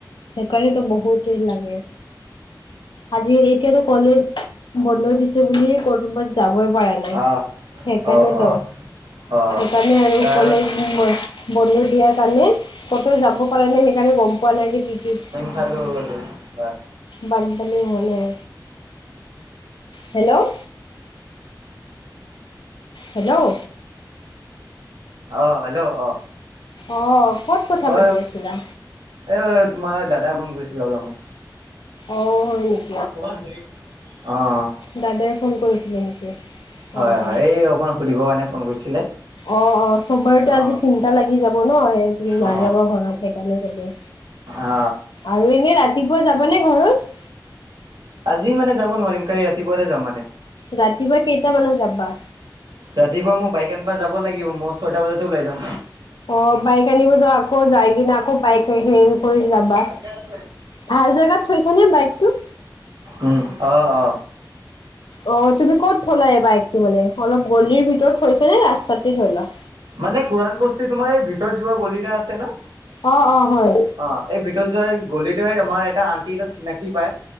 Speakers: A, on the left; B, on the right.
A: সেইকাৰণেতো বহুত দেৰি লাগে। আজি এতিয়াতো কলেজ বন্ধ দিছে বুলিয়ে ক'ৰবাত যাবই পাৰা নাই
B: আহ
A: সেইকাৰণেটো।
B: অ অ অ
A: সেইকাৰণে আৰু
B: এ
A: কলেজ বন্ধ দিয়াৰ কাৰণে ক'তো যাব পাৰ নাই সেই সেইকাৰণে গম পোৱা নাই যে কি কি
B: চালোঁ আৰু বাছ
A: বানপানী হোৱা নাই, হেল্ল'। হেল্ল'।
B: অ', হেল্ল' অ'।
A: অ', কত কথা
B: অ
A: পাতি আছিলা?
B: এ তোমাৰ দাদাই ফোন কৰিছিলে অলপমান।
A: অ', হয় নি?
B: <unintelligible> অ'।
A: দাদাই ফোন কৰিছিলে নেকি,
B: হয়
A: অ'।
B: হয় এই অকমান সুধিবৰ কাৰণে ফোন কৰিছিলে
A: অ অ চবৰেতো
B: অ
A: আজি চিন্তা লাগি যাব ন সেই। তুমি নাযাবা
B: অ
A: ঘৰত সেইকাৰণে চাগে
B: অ
A: আৰু এনে ৰাতিপুৱা যাবা নে ঘৰত।
B: আজি মানে যাব নোৱাৰিম কালি ৰাতিপুৱাতে যাম মানে।
A: ৰাতিপুৱা কেইটামানত যাবা?
B: ৰাতিপুৱা মোক বাইকা আনবা যাব লাগিব মই ছয়টা বজাতে ওলাই যাম।
A: অ বাইক আনিব আকৌ যায় কি নে আকৌ বাইক আহি। কৰি যাবা
B: যাম
A: ভাল জাগাত থৈছা নে বাইকটো।
B: উম অ অ।
A: অ তুমি ক'ত থলা এই বাইকটো মানে অলপ গলিৰ ভিতৰত থৈছা‌ নে ৰাস্তাতে থলা।
B: মানে কুৰান বস্তি তোমাৰ এই ভিতৰত যোৱা গলি এটা আছে ন।
A: অ অ হয়।
B: অ এই ভিতৰত যোৱা গলিটোৱেই আমাৰ এটা আন্টি এটা চিনাকি পায়।